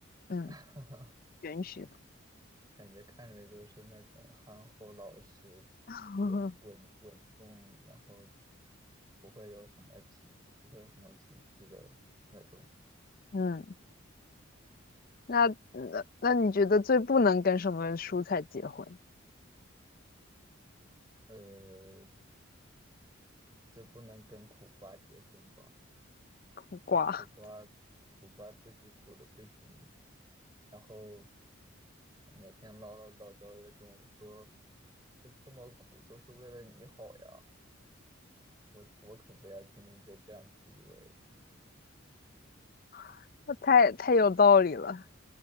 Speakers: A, on the left; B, on the right.
A: 嗯，
B: <laughs>
A: 允许，
B: 感觉看着就是那种憨厚老实、
A: <laughs>
B: 稳稳稳重，然后不会有什么脾，不会有什么脾气的那种。
A: 嗯，那那那你觉得最不能跟什么蔬菜结婚？
B: 呃，最不能跟苦瓜结婚吧？
A: 苦瓜，
B: 苦瓜，苦瓜自己苦的不行，然后每天唠唠叨叨的跟我说，这这么苦都是为了你好呀，我我可不要天天被这样 PUA。
A: <laughs> 那太太有道理了，